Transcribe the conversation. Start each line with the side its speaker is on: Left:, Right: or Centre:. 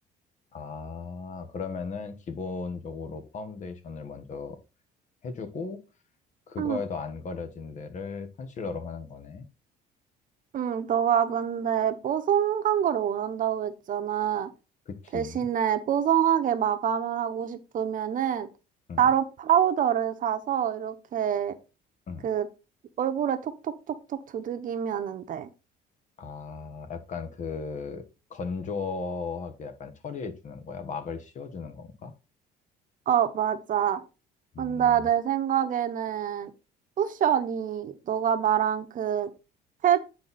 Left: 아, 그러면은 기본적으로 파운데이션을 먼저 해주고 그거에도
Right: 응,
Left: 안 가려진 데를 컨실러로 하는 거네.
Right: 응, 너가 근데 뽀송한 거를 원한다고 했잖아.
Left: 그치?
Right: 대신에 뽀송하게 마감을 하고 싶으면은
Left: 응,
Right: 따로 파우더를 사서 이렇게
Left: 응.
Right: 그 얼굴에 톡톡톡톡 두들기면은 돼.
Left: 아, 약간 그 건조하게 약간 처리해 주는 거야? 막을 씌워 주는 건가?
Right: 어, 맞아.
Left: 음,
Right: 근데 내 생각에는 쿠션이 너가 말한 그 패,